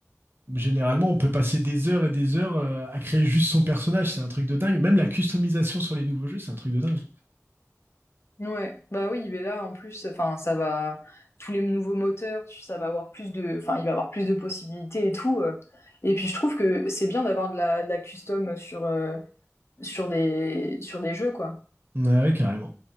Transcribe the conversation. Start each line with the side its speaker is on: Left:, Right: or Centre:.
Right: généralement on peut passer des heures et des heures euh, à créer juste son personnage, c'est un truc de dingue. Même la customisation sur les nouveaux jeux, c'est un truc de dingue.
Left: Ouais, bah oui, mais là en plus, enfin, ça va tous les nouveaux moteurs, tu- ça va avoir plus de, enfin, il va avoir plus de possibilités et tout. euh. Et puis je trouve que c'est bien d'avoir de la, de la custom sur euh, sur des sur des jeux quoi.
Right: Ouais, carrément.